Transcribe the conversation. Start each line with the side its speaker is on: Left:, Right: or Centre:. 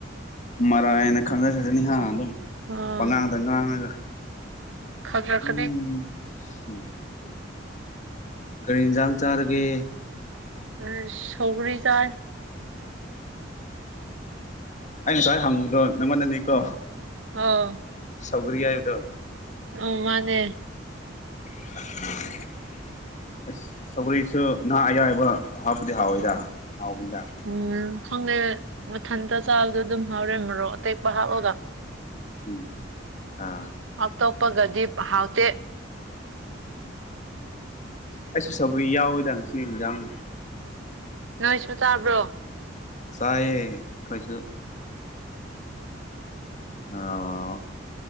Left: ꯃꯔꯥꯏꯅ ꯈꯪꯖꯈ꯭ꯔꯁꯅꯤꯍꯥ
Right: ꯑꯥ
Left: ꯄꯉꯥꯡꯗ ꯉꯥꯡꯉꯒ
Right: ꯈꯪꯔꯛꯀꯅꯤ
Left: <unintelligible> ꯀꯔꯤ ꯍꯤꯟꯖꯥꯡ ꯆꯥꯔꯒꯦ
Right: ꯑꯁ ꯁꯧꯒꯔꯤ ꯆꯥꯏ
Left: ꯑꯩ ꯉꯁꯥꯏ ꯍꯪꯕꯗꯣ ꯅꯪꯉꯣꯟꯗꯅꯤꯀꯣ
Right: ꯑꯧ
Left: ꯁꯧꯒ꯭ꯔꯤ ꯍꯥꯏꯕꯗꯣ
Right: ꯑꯧ ꯃꯥꯅꯦ
Left: <inaudible> ꯑꯁ ꯁꯧꯒ꯭ꯔꯤꯁꯨ ꯉꯥ ꯑꯌꯥꯏꯕ ꯍꯥꯞꯄꯗꯤ ꯍꯥꯎꯏꯗ ꯍꯥꯎꯅꯤꯗ
Right: ꯎꯝ ꯈꯪꯉꯦ ꯃꯊꯟꯇ ꯆꯥꯕꯗꯣ ꯑꯗꯨꯝ ꯍꯥꯎꯔꯦ ꯃꯣꯔꯣꯛ ꯑꯇꯦꯛꯄ ꯍꯥꯞꯂꯒ
Left: ꯎꯝ ꯑꯥ
Right: ꯑꯇꯣꯞꯄꯒꯗꯤꯞ ꯍꯥꯎꯇꯦ
Left: ꯑꯩꯁꯨ ꯁꯧꯒ꯭ꯔꯤ ꯌꯥꯎꯋꯤꯗ ꯉꯁꯤꯒꯤ ꯍꯤꯟꯖꯥꯡ
Right: ꯅꯣꯏꯁꯨ ꯆꯥꯕ꯭ꯔꯣ
Left: ꯆꯥꯏꯌꯦ ꯈꯣꯏꯁꯨ ꯑꯥ